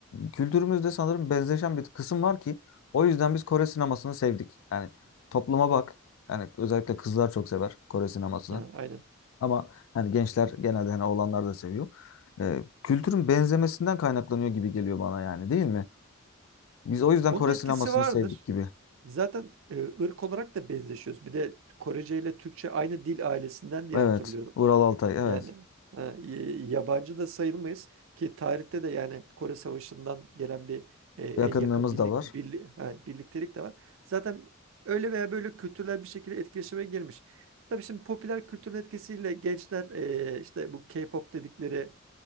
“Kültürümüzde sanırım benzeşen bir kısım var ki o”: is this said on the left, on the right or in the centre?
Left